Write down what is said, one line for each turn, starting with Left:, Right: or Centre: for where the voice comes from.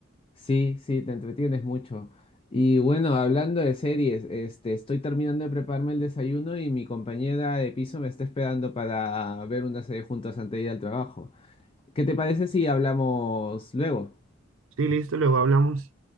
Left: Sí, sí, te entretienes mucho. Y bueno, hablando de series, este, estoy terminando de prepararme el desayuno y mi compañera de piso me está esperando para ver una serie juntos antes de ir al trabajo. ¿Qué te parece si hablamos luego?
Right: Sí, listo, luego hablamos.